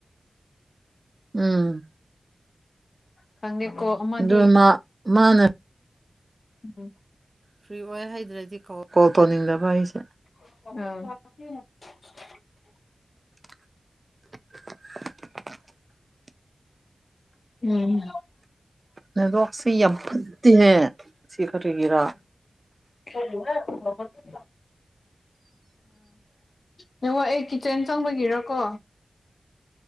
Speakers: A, on the right; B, on the left.
A: ꯎꯝ
B: ꯈꯪꯗꯦꯀꯣ ꯑꯃꯗꯤ
A: ꯑꯗꯨ ꯃꯥ ꯃꯥꯅ
B: ꯎꯝ
A: ꯐ꯭ꯔꯤ ꯑꯣꯏ ꯍꯥꯏꯗ꯭ꯔꯗꯤ ꯀꯣꯜ ꯇꯧꯅꯤꯡꯗꯕ ꯑꯩꯁꯦ
B: ꯑꯥ
A: <unintelligible>
B: ꯎꯝ
A: ꯅꯗꯣꯁ ꯌꯥꯝ ꯐꯠꯇꯦꯍ ꯁꯤ ꯈꯔꯤꯒꯤꯔꯥ
B: <unintelligible> ꯅꯡꯉ ꯑꯦ ꯀꯤꯠꯆꯦꯟ ꯆꯪꯕꯒꯤꯔꯀꯣ